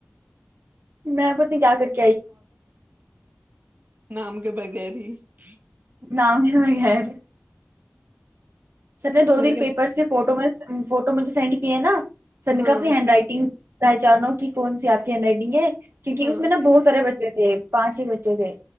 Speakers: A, on the right; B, on the right.
A: میں پتا کیا کرتی
B: نام کے بغیر ت <unintelligible>
A: <unintelligible> <inaudible> سب نے دو دن
B: لیکن
A: پیپرس کے فوٹو میں فوٹو مجھے سینڈ کیے نا سر نے
B: ہاں
A: کہا اپنی ہینڈ رائٹنگ پہچانو کی کون سی آپ ہنڈ رائیٹنگ ہے کیوں کہ
B: ہاں
A: اس میں نا بہت سارے بچے بچ تھ پانچ ہی بچے تھ